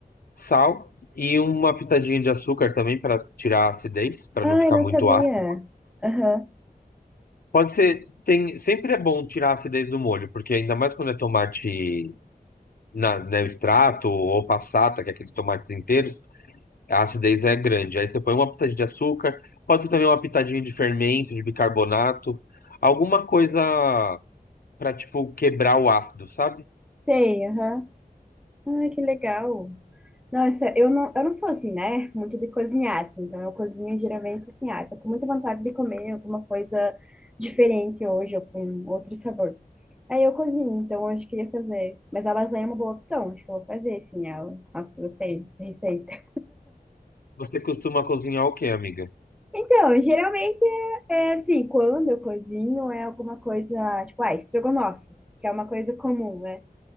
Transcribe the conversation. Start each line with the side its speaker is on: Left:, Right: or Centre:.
Left: sal e uma pitadinha de açúcar também para tirar a acidez, para
Centre: Ai,
Left: não ficar
Centre: não
Left: muito
Centre: sabia.
Left: ácido.
Centre: Aham.
Left: Pode ser, tem, sempre é bom tirar a acidez do molho, porque ainda mais quando é tomate na, né, o extrato ou passata, que é aqueles tomates inteiros, A acidez é grande. Aí você põe uma pitadinha de açúcar, pode ser também uma pitadinha de fermento, de bicarbonato, alguma coisa pra, tipo, quebrar o ácido, sabe?
Centre: Sei, aham. Ai, que legal. Nossa, eu não, eu não sou assim, né? Muito de cozinhar, assim. Então, eu cozinho geralmente assim, ah, tô com muita vontade de comer alguma coisa diferente hoje ou com outro sabor. Aí eu cozinho, então hoje eu queria fazer. Mas a lasanha é uma boa opção, acho que eu vou fazer sim ela. Nossa, gostei da receita.
Left: Você costuma cozinhar o quê, amiga?
Centre: Então, geralmente é é assim, quando eu cozinho é alguma coisa, tipo, ah, estrogonofe, que é uma coisa comum, né?